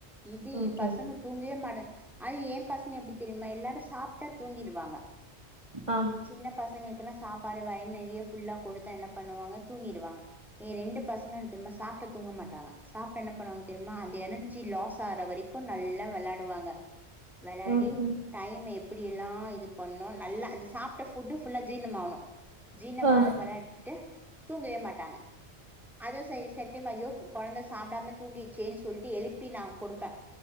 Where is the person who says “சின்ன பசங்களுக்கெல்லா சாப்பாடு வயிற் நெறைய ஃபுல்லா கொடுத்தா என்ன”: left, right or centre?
Centre